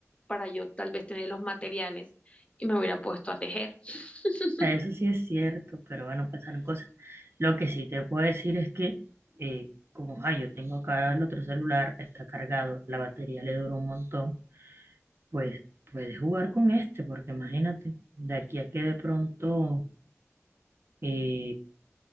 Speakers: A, on the left; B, on the right.
A: para yo tal vez tener los materiales y me hubiera puesto a tejer. <laughs>
B: a eso sí es cierto, pero bueno, pasaron cosas. Lo que sí te puedo decir es que eh, como ah, yo tengo acá el otro celular, está cargado, la batería le dura un montón, pues puedes jugar con este, porque imagínate, de aquí a que de pronto eh,